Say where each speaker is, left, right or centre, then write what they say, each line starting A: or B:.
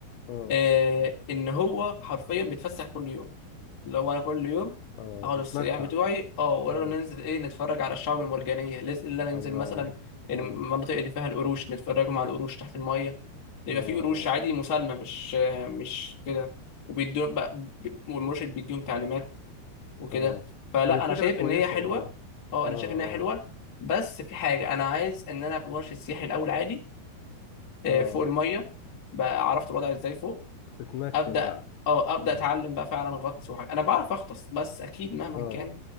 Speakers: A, on the left; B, on the left.
A: اه
B: آه ان هو حرفيا بيتفسح كل يوم اللي هو انا كل يوم
A: اه
B: اخد
A: بيتمتع
B: السياح بتوعي اه ولا
A: اه
B: ننزل ايه نتفرج على الشعاب المرجانية لازم- اللي أنا ننزل
A: الله
B: مثلا المناطق
A: اه
B: اللي فيها القروش نتفرجوا على القروش تحت المية يبقى
A: اه اه
B: في قروش عادي مسالمة مش آه، مش كده وبيدوا بقى- والمرشد بيديهم تعليمات وكده
A: اه
B: فلا
A: هي فكرة
B: انا شايف
A: كويسة
B: ان هي حلوه
A: والله
B: اه
A: اه
B: انا
A: اه
B: شايف ان هي حلوه بس في حاجه انا عايز ان انا ابقى مرشد سياحي الاول عادي آه،
A: اه
B: فوق الميه بقى عرفت الوضع ازاي فوق
A: تتمكن
B: ابدا
A: بقى
B: اه ابدا
A: اه
B: اتعلم بقى فعلا غطس وحاجه انا بعرف اغطس بس اكيد مهما
A: اه
B: كان